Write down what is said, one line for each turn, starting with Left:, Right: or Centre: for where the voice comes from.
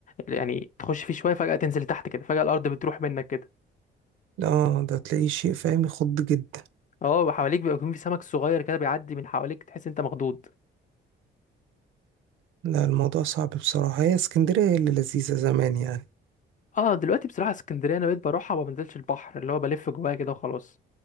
Left: يعني تخش فيه شويه فجاه تنزل تحت كده فجاه الارض بتروح منك كده
Right: اه ده تلاقيه شيء فاهم يخض جدا
Left: اه وحواليك بيبقى يكون في سمك صغير كده بيعدي من حواليك تحس انت مخضوض
Right: لا الموضوع صعب بصراحة هي اسكندرية هي اللي لذيذة زمان يعني
Left: اه دلوقتي بصراحه اسكندريه انا بقيت بروحها وما بنزلش البحر اللي هو بلف جواها كده وخلاص